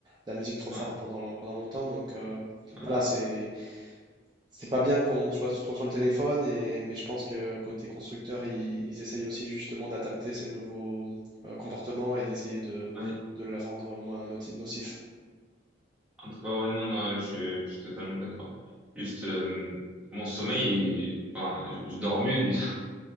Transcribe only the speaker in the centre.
Ouais,
ouais,
ouais.
En tout cas, ouais, non, non, je suis, je suis totalement d'accord. Juste, euh, mon sommeil, il- enfin, je dors mieux déjà. <laughs>